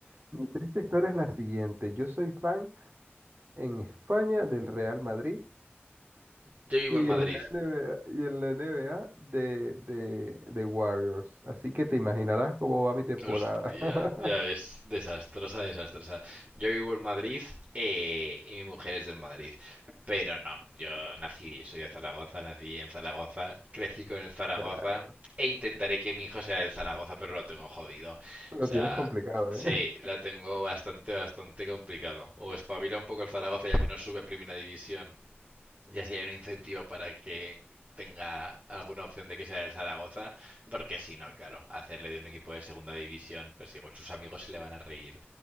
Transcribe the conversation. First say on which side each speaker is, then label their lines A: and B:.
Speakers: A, on the right; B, on the right.
A: Mi triste historia es la siguiente. Yo soy fan en España del Real Madrid
B: yo vivo
A: y
B: en Madrid
A: en la NBA, y en la NBA de, de, de Warriors. Así que te imaginarás cómo va mi temporada.
B: Hostia,
A: <laughs>
B: ya es desastrosa, desastrosa. Yo vivo en Madrid eh, y mi mujer es del Madrid, pero no, yo nací, soy de Zaragoza, nací en Zaragoza, crecí con el Zaragoza
A: Nah,
B: e intentaré que mi hijo sea del Zaragoza, pero lo tengo jodido. O
A: Lo
B: sea,
A: tienes complicado,
B: sí,
A: ¿eh?
B: la tengo bastante, bastante complicado. O espabila un poco el Zaragoza y al menos sube a Primera División, y así hay un incentivo para que tenga alguna opción de que sea del Zaragoza, porque si no, claro, hacerle de un equipo de segunda división, pues igual sus amigos se le van a reír